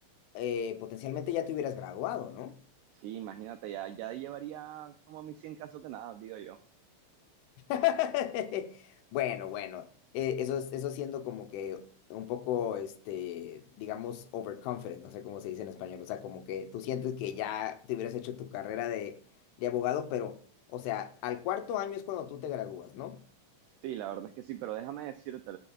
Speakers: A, on the left; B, on the right.
A: eh, potencialmente ya te hubieras graduado, ¿no?
B: Sí, imagínate, ya, ya llevaría como mis 100 casos que nada, digo yo.
A: <laughs> Bueno, bueno, eh, eso, es- eso siendo como que un poco, este, digamos, overconfident, no sé cómo se dice en español, o sea, como que tú sientes que ya te hubieras hecho tu carrera de, de abogado, pero, o sea, al cuarto año es cuando tú te gradúas, ¿no?
B: Sí, la verdad es que sí, pero déjame decirte,